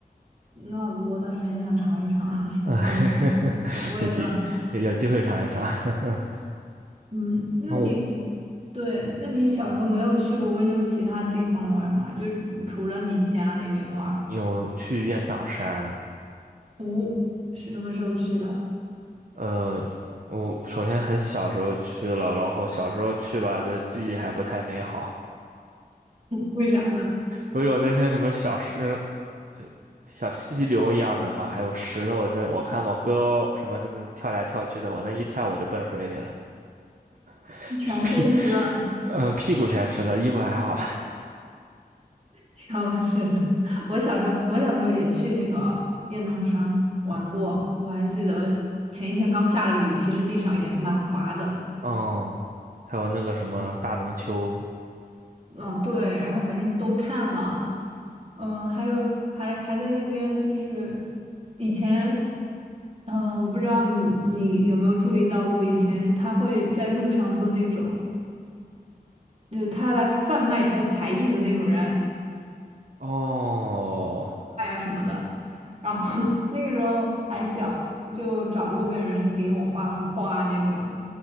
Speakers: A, on the right; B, on the right.
A: 那我倒是很想尝一尝 <laughs>
B: 啊，
A: 他们尝口味的。
B: <laughs> 有机有有机会尝一尝。<laughs>
A: 嗯，那你？
B: 然后
A: 对，那你小时候没有去过温州其他地方玩吗？就是除了你家那边玩，
B: 有去雁荡山，
A: 哦，是什么时候去的？
B: 呃，我首先很小时候去了，然后小时候去吧，这记忆还不太美好，
A: 为啥？
B: 不是有那些什么小石、小溪流一样的嘛，还有石头，这我看我哥什么真的跳来跳去的，我那一跳我就奔水里了，<laughs>
A: 全信息了。
B: 屁，嗯、屁股全湿了，衣服还好，
A: 就是 <laughs> 我小时候，我小时候也去那个雁荡山玩过，我还记得前一天刚下了雨，其实地上也蛮滑的，
B: <laughs> 哦，还有那个什么大龙湫。
A: 嗯、对，然后反正都看了，嗯，还有还还在那边就是以前，嗯，我不知道你你有没有注意到过，以前他会在路上做那种，就是他来贩卖他的才艺的那种人
B: 哦。
A: 好的，然后 <laughs> 那个时候还小，我就找路边人给我画幅画那种，